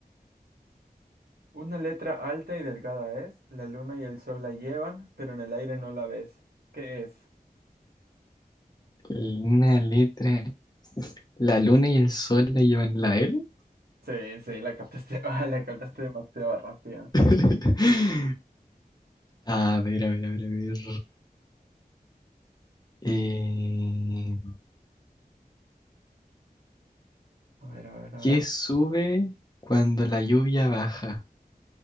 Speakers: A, on the right; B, on the left.
A: Una letra alta y delgada es, la luna y el sol la llevan, pero en el aire no la ves. ¿Qué es?
B: Una letra. La luna y el sol la llevan la L.
A: Sí, sí, la captaste, <laughs> ah, la captaste demasiado rápida.
B: <laughs> A ver, a ver, a ver, a ver. Eh,
A: A ver, a ver, a
B: ¿qué
A: ver.
B: sube cuando la lluvia baja?